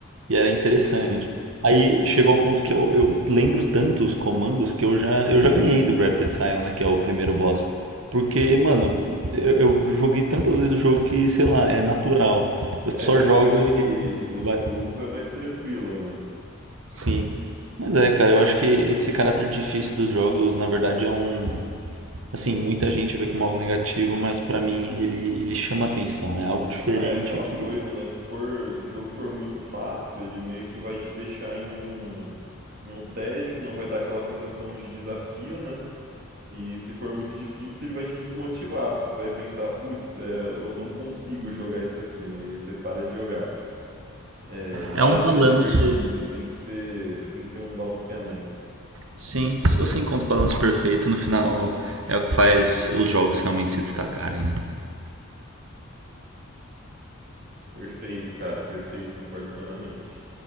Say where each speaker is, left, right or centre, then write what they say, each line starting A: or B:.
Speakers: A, on the right; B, on the right.
A: E era
B: Sim,
A: interessante. Aí chegou ao ponto que eu, eu lembro tanto os comandos que eu já, eu já ganhei do Grafted Scion, né? Que é o primeiro boss. Porque, mano, eu, eu joguei tantas vezes o jogo que, sei lá, é natural. Eu
B: é
A: só
B: depois
A: jogo
B: que,
A: e
B: que você
A: vai.
B: upa é mais tranquilo, né?
A: Sim. Mas é, cara, eu acho que esse caráter difícil dos jogos, na verdade, é um. Assim, muita gente vê como algo negativo, mas pra mim ele, ele chama atenção. É algo diferente
B: Ah, é aquela
A: que.
B: coisa, né, se for, se o jogo for muito fácil, ele meio que vai te deixar em um, em um tédio, que não vai dar aquela sensação de desafio, né? E se for muito difícil, ele vai te desmotivar, porque você vai pensar, putz, é, eu não consigo jogar isso aqui, né? E aí você para de jogar. é, para
A: É um balanço.
B: de ser divertido, tem que ser, tem que ter um balanceamento.
A: Sim, se você encontra o balanço perfeito, no final é o que faz os jogos realmente se destacarem, né?
B: Perfeito, cara, perfeito, concordo plenamente.